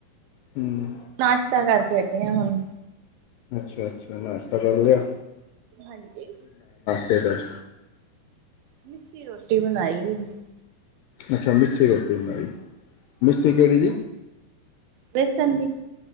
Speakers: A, on the left; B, on the right.
A: ਹੂੰ
B: ਨਾਸ਼ਤਾ ਕਰਕੇ ਹਟੇ ਆ ਹੁਣ।
A: ਅੱਛਾ ਅੱਛਾ, ਨਾਸ਼ ਤਾ ਕਰ ਲਿਆ?
B: ਹਾਂਜੀ।
A: ਤੇ ਚ ਅੱਜ?
B: ਮਿੱਸੀ ਰੋਟੀ ਬਣਾਈ ਹੀ।
A: ਅੱਛਾ, ਮਿੱਸੀ ਰੋਟੀ ਬਣਾਈ।
B: ਹਾਂਜੀ।
A: ਮਿੱਸੀ ਕਿਹੜੀ ਜੀ?
B: ਬੇਸਨ ਦੀ।